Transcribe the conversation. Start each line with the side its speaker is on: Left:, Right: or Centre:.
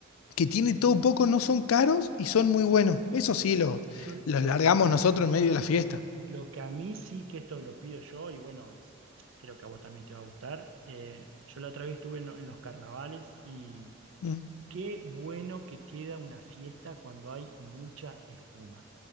Left: que tiene todo poco, no son caros y son muy buenos. Eso sí, lo-
Right: Yo
Left: los
Right: lo,
Left: largamos nosotros en medio de la fiesta.
Right: lo que a mí sí que esto lo pido yo, y bueno, s- creo que a vos también te va a gustar. eh, yo la otra vez estuve en, en los carnavales y
Left: Mm.
Right: qué bueno que queda una fiesta cuando hay mucha espuma.